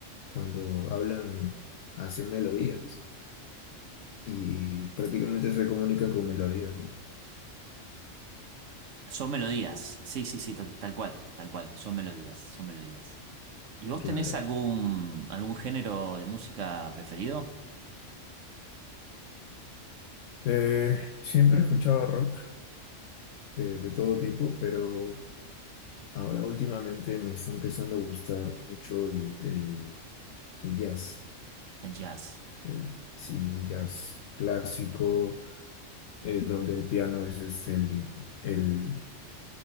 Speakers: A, on the left; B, on the right.
A: cuando hablan, hacen melodías y prácticamente se comunican con melodías, ¿no?
B: Son melodías, sí, sí, sí, ta- tal cual, tal cual, son melodías, son melodías. ¿Y vos
A: Claro.
B: tenés algún, algún género de música preferido?
A: Eh, siempre he escuchado rock eh, de todo tipo, pero ahora últimamente me está empezando a gustar mucho el, el- el jazz.
B: El jazz.
A: El, sí, el jazz clásico, eh, donde el piano es, es el, el,